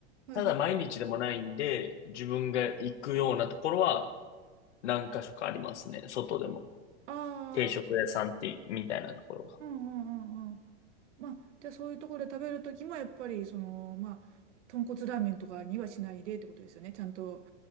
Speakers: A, on the right; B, on the left.
A: ー、はいはい。
B: ただ毎日でもないんで、自分が行くようなところは何箇所かありますね。外でも。
A: ああ、
B: 定食屋さんって、みたいなところが。
A: うんうんうんうん。まあ、じゃあそういうところで食べるときも、やっぱり、その、まあ、豚骨ラーメンとかにはしないでってことですよね。ちゃんと、